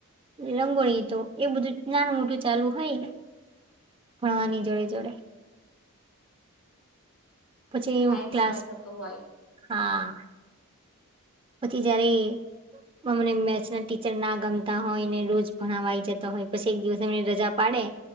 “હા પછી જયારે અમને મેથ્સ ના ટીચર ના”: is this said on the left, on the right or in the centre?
Right